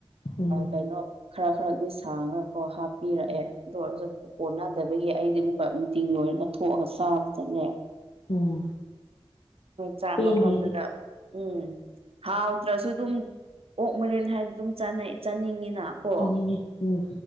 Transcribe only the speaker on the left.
ꯎꯝ
ꯎꯝ
ꯎꯝ
ꯄꯦꯟꯗꯦ
ꯑꯗꯨ
ꯆꯥꯅꯤꯡꯉꯤ ꯎꯝ